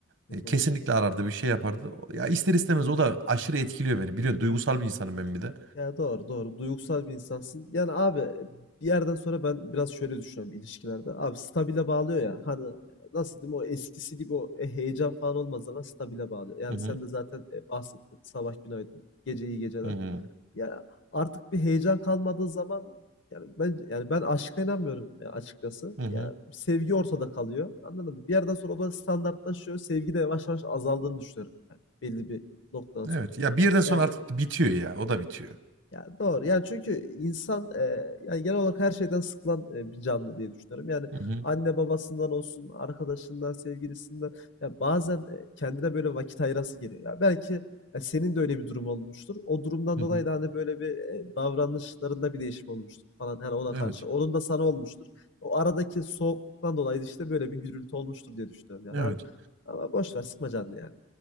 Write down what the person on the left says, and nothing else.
hı
hı.
Ya doğru doğru. Duygusal bir insansın. Yani abi e, bir yerden sonra ben biraz şöyle düşünüyorum ilişkilerde. Abi stabile bağlıyor ya. Hani e, nasıl diyeyim o eskisi gibi o e, heyecan falan olmaz ama stabile bağlıyor. Yani
sen de zaten e, bahsettin. Sabah günaydın. Gece iyi geceler.
Ya, artık bir heyecan kalmadığı zaman yani ben yani ben aşka inanmıyorum ya açıkçası.
Ya sevgi ortada kalıyor. Anladın mı? Bir yerden sonra o da standartlaşıyor. Sevgi de yavaş yavaş azaldığını düşünüyorum. Yani belli bir noktadan sonra.
Yani
ya doğru. Yani çünkü insan eee, yani genel olarak her şeyden sıkılan eee, bir canlı diye düşünüyorum. Yani
anne babasından olsun, arkadaşından, sevgilisinden ya bazen eee, kendine böyle vakit ayırası geliyor. Ya belki ya senin de öyle bir durum olmuştur. O durumdan
dolayı da hani böyle bir eee, davranışlarında bir değişim olmuştur falan hani ona
karşı. Onun da sana olmuştur. O aradaki soğuktan dolayı da işte böyle bir gürültü olmuştur diye düşünüyorum yani
abi. Ama boş ver sıkma canını yani.